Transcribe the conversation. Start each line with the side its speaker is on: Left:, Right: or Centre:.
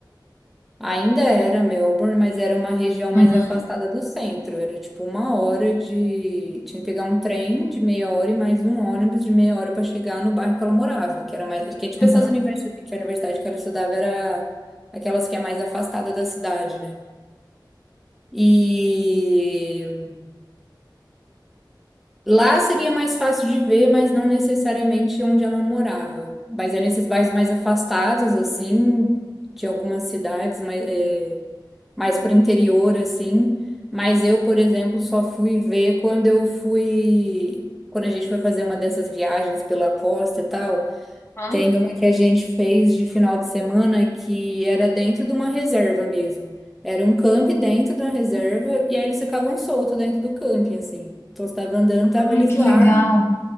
Centre: Ainda era Melbourne, mas era uma região mais
Left: Uhum,
Centre: afastada do centro. Era tipo uma hora de. Tinha que pegar um trem de meia hora e mais um ônibus de meia hora para chegar no bairro que ela morava, que era mais. Que é tipo
Left: uhum,
Centre: essas universidades, que a universidade que ela estudava era aquelas que é mais afastada da cidade, né? E lá seria mais fácil de ver, mas não necessariamente onde ela morava. Mas é nesses bairros mais afastados, assim, de algumas cidades, mas. é, mais pro interior, assim. Mas eu, por exemplo, só fui ver quando eu fui. Quando a gente foi fazer uma dessas viagens pela costa e tal,
Left: uhum.
Centre: tem uma que a gente fez de final de semana que era dentro de uma reserva mesmo. Era um camping dentro da reserva e aí eles ficavam soltos dentro do camping, assim. Então, você tava andando, tava
Left: Ai,
Centre: eles
Left: que
Centre: lá,
Left: legal.